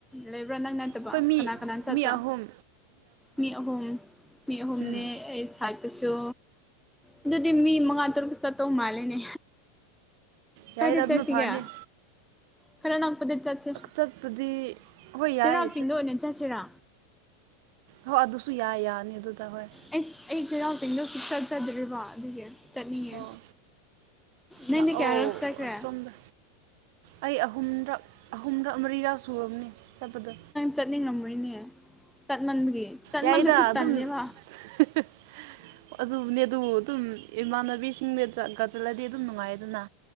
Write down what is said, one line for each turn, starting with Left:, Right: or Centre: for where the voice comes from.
Centre: ꯂꯩꯕ꯭ꯔꯥ ꯅꯪ‌ ꯅꯠ
Right: ꯑꯩꯈꯣꯏ
Centre: ꯇꯕ
Right: ꯃꯤ
Centre: ꯀꯅꯥ ꯀꯅꯟ ꯆꯠꯇꯣ
Right: ꯃꯤ ꯑꯍꯨꯝ
Centre: ꯃꯤ ꯑꯍꯨꯝ ꯃꯤ ꯑꯍꯨꯝꯅꯦ
Right: ꯎꯝ
Centre: ꯑꯩ ꯊꯥꯏꯠꯇꯁꯨ ꯑꯗꯨꯗꯤ ꯃꯤ ꯃꯉꯥ ꯇꯔꯨꯛ ꯆꯠꯇꯧ ꯃꯥꯜꯂꯦꯅꯦ
Right: ꯌꯥꯏꯔꯝꯗ
Centre: ꯀꯥꯏꯗ ꯆꯠꯁꯤꯒꯦ
Right: ꯐꯅꯤ
Centre: ꯈꯔ ꯅꯛꯄꯗ ꯆꯠꯁꯤ
Right: ꯆꯠꯄꯗꯤ ꯍꯣꯏ ꯌꯥꯏ
Centre: ꯆꯩꯔꯥꯎ ꯆꯤꯡꯗ ꯑꯣꯏꯅ ꯆꯠꯁꯤꯔꯥ
Right: ꯍꯣ ꯑꯗꯨꯁꯨ ꯌꯥꯏ ꯌꯥꯅꯤ ꯑꯗꯨꯗ ꯍꯣꯏ
Centre: ꯑꯩꯁ ꯑꯩ ꯆꯩꯔꯥꯎ ꯆꯤꯡꯗ ꯆꯠꯆꯗ꯭ꯔꯤꯕ ꯑꯗꯨꯒꯤ ꯆꯠꯅꯤꯡꯉꯦ
Right: ꯑꯣ
Centre: ꯅꯪꯗꯤ
Right: ꯂꯥꯛꯑꯣ
Centre: ꯀꯌꯥꯔꯛ ꯆꯠꯈ꯭ꯔꯦ
Right: ꯁꯣꯝꯗ ꯑꯩ ꯑꯍꯨꯝꯔꯛ ꯑꯍꯨꯝꯔꯛ ꯃꯔꯤꯔꯥ ꯁꯨꯔꯕꯅꯤ ꯆꯠꯄꯗꯣ
Centre: ꯆꯠꯅꯤꯡꯉꯝꯔꯣꯏꯅꯦ ꯆꯠꯃꯟꯕꯒꯤ ꯆꯠꯃꯟꯂꯁꯨ
Right: ꯌꯥꯏꯗ ꯑꯗꯨꯝ
Centre: ꯇꯜꯂꯦꯕ
Right: <unintelligible> ꯑꯗꯨꯕꯨꯅꯦ ꯑꯗꯨ ꯑꯗꯨꯝ ꯏꯃꯥꯟꯅꯕꯤꯁꯤꯡꯅꯦ ꯆꯠꯀ ꯆꯠꯂꯗꯤ ꯑꯗꯨꯝ ꯅꯨꯡꯉꯥꯏꯌꯦꯗꯅ